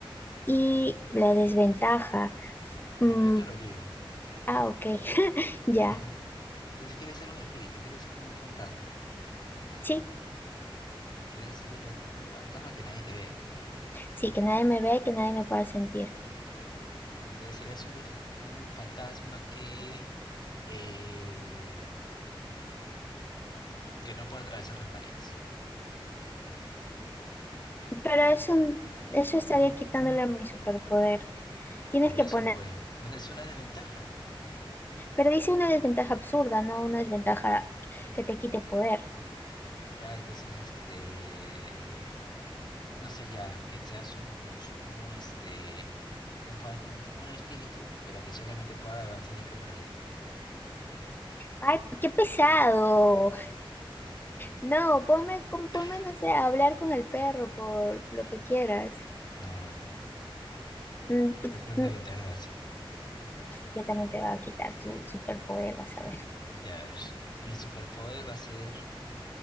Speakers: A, on the left; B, on the left.
A: y la desventaja. mm,
B: no, yo te lo digo.
A: ah, ok, <laughs> ya.
B: <laughs> Entonces quieres ser un espíritu, quieres ser como un fantasma,
A: Sí,
B: quieres ser un, ven- un fantasma que nadie te vea.
A: sí, que nadie me ve, que nadie me pueda sentir.
B: Y Entonces serías un, desen- un fantasma que, eh, mm, que no puede atravesar las paredes.
A: Pero eso, eso estaría quitándole a mi superpoder. Tienes
B: Por
A: que
B: eso,
A: poner
B: pues, una, es una desventaja.
A: Pero dice una
B: Et-
A: desventaja absurda, no una desventaja que te quite poder.
B: Ya, entonces, este, no sé, ya, que seas un, un, este, un, fan- un, un espíritu, pero que solamente pueda avanzar en cámara lenta.
A: Ay, qué pesado. No, ponme, con- ponme,
B: <laughs>
A: no sé, a hablar con el perro por lo que quieras.
B: No, no, no.
A: Mm, t-
B: Es una
A: t-
B: desventaja así.
A: Ya también te va a quitar su superpoder, vas a ver.
B: Ya ves, mi superpoder va a ser